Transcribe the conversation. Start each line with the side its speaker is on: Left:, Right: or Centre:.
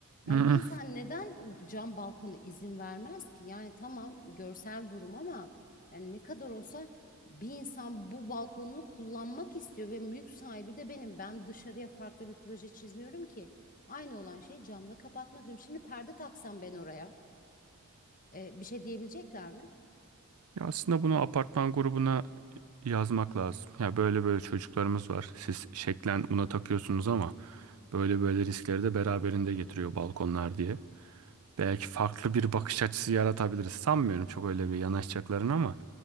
Left: Yani
Right: Hı hı.
Left: bir insan neden cam balkona izin vermez ki? Yani tamam görsel durum ama yani ne kadar olsa bir insan bu balkonunu kullanmak istiyor ve mülk sahibi de benim. Ben dışarıya farklı bir proje çizmiyorum ki. Aynı olan şeyi camla kapatmak istiyorum. Şimdi perde taksam ben oraya. e, bir şey diyebilecekler mi?
Right: Ya aslında bunu apartman grubuna yazmak lazım. Ya böyle böyle çocuklarımız var. Siz şeklen buna takıyorsunuz ama böyle böyle riskleri de beraberinde getiriyor balkonlar diye. Belki farklı bir bakış açısı yaratabiliriz. Sanmıyorum çok öyle bir yanaşacaklarını ama